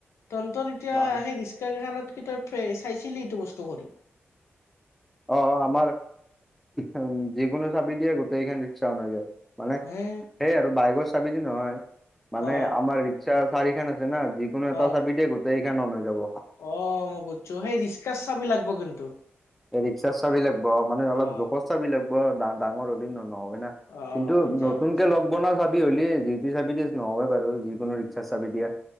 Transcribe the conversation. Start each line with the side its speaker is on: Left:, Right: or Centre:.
Left: তন্তত এতিয়া
Centre: মানুহ
Left: সেই ৰিক্সা কেইখনত কি তই চাইছিলি এইটো বস্তু কৰি
Centre: অ আমাৰ উ যিকোনো চাবি দিয়ে গোটেইখন ৰিক্সা অনা যায় মানে
Left: হে
Centre: সেই আৰু বাইকৰ চাবি দি নহয় মানে
Left: অ
Centre: আমাৰ ৰিক্সা চাৰিখন না যিকোনো এটা
Left: অ
Centre: চাবি দিয়ে গোটেইখন অন হৈ যাব
Left: অ মই বুজিছো সেই ৰিক্সাৰ চাবি লাগিব কিন্তু
Centre: ৰিক্সা চাবি লাগিব মানে অলপ
Left: অ
Centre: জোখৰ চাবি লাগিব ডাঙৰ হ'লে ন নহ বই না
Left: অ
Centre: কিন্তু
Left: এতিয়া
Centre: নতুনকে
Left: বুজছো
Centre: লগ বনোৱা চাবি হলিয়ে যি টি চাবি দি নহয় বাৰু যিকোনো ৰিক্সা চাবি দিয়া